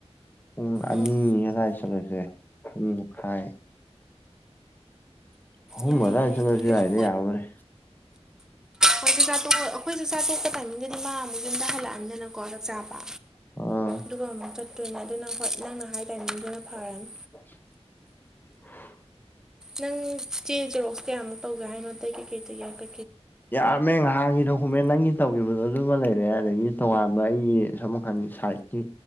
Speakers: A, on the left; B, in the centre.
A: ꯄꯨꯡ ꯑꯅꯤ
B: ꯎꯝ
A: ꯑꯗꯨꯋꯥꯏ ꯁꯠꯂꯁꯦ ꯄ ꯃꯈꯥꯏ ꯍ
B: ꯌꯥꯏꯌꯦ
A: ꯃꯔ
B: ꯌꯥꯏꯌꯦ
A: ꯆꯂꯁꯨ
B: ꯀꯩꯁꯨ
A: ꯌꯥꯏꯗ ꯌꯥꯕꯔꯦ
B: ꯍꯣꯏꯁꯨ ꯆꯥꯇꯣꯛ ꯑꯩꯈꯣꯏꯁꯨ ꯆꯥꯇꯣꯛꯄ ꯇꯥꯏꯃꯤꯡꯗꯗꯤ ꯃꯥ ꯑꯃꯨꯛ ꯌꯨꯝꯗ ꯍꯜꯂꯛꯑꯝꯗꯅꯀꯣ ꯆꯥꯛꯆꯥꯥꯕ
A: ꯑ
B: ꯑꯗꯨꯒ ꯑꯃꯨꯛ ꯆꯠꯇꯣꯏꯅ ꯑꯗꯨ ꯅꯪ ꯍꯣꯏ ꯅꯪꯅ ꯍꯥꯏ ꯇꯥꯏꯃꯤꯡꯗꯨꯅ ꯐꯔꯅꯤ
A: <inaudible>
B: ꯅꯪ ꯆꯦ ꯆꯦꯔꯣꯛꯁ ꯀꯌꯥꯃꯨꯛ ꯇꯧꯒꯦ ꯍꯥꯏꯅꯣ ꯑꯇꯩ ꯀꯩꯀꯩꯗꯎ ꯀꯣ
A: ꯌꯥꯝꯃꯦ ꯉꯥꯏꯍꯥꯛꯒꯤꯗꯣ ꯗꯣꯀꯨꯃꯦꯟ ꯅꯪꯒꯤ ꯇꯧꯈꯤꯕꯗꯣ ꯑꯗꯨꯃ ꯂꯩꯔꯦ ꯑꯗꯒꯤ ꯇꯣꯉꯥꯟꯕ ꯑꯩꯒꯤ ꯁꯝ ꯃꯈꯜꯒꯤ ꯁꯥꯏꯠꯀꯤ